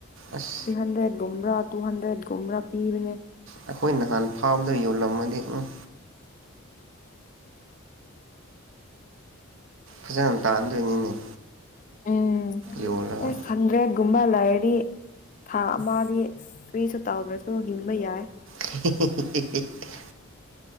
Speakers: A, on the right; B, on the left.
A: ꯑꯁ
B: ꯊ꯭ꯔꯤ ꯍꯟꯗ꯭ꯔꯦꯠꯒꯨꯝꯕꯔꯥ ꯇꯨ ꯍꯟꯗ꯭ꯔꯦꯠꯒꯨꯝꯕꯔꯥ ꯄꯤꯕꯅꯦ
A: ꯑꯩꯈꯣꯏ ꯅꯍꯥꯟ ꯐꯥꯎꯕꯗ ꯌꯣꯜꯂꯝꯃꯗꯤ ꯎꯝ ꯐꯖꯅ ꯇꯥꯟꯗꯣꯏꯅꯤꯅꯦ
B: ꯎꯝ
A: ꯌꯣꯜꯂꯒ
B: ꯑꯦꯁ ꯍꯟꯗ꯭ꯔꯦꯠꯒꯨꯝꯕ ꯂꯩꯔꯗꯤ ꯊꯥ ꯑꯃꯗꯤ ꯀ꯭ꯔꯤꯁꯨ ꯇꯥꯎꯗ꯭ꯔꯁꯨ ꯍꯤꯡꯕ ꯌꯥꯏ
A: <unintelligible>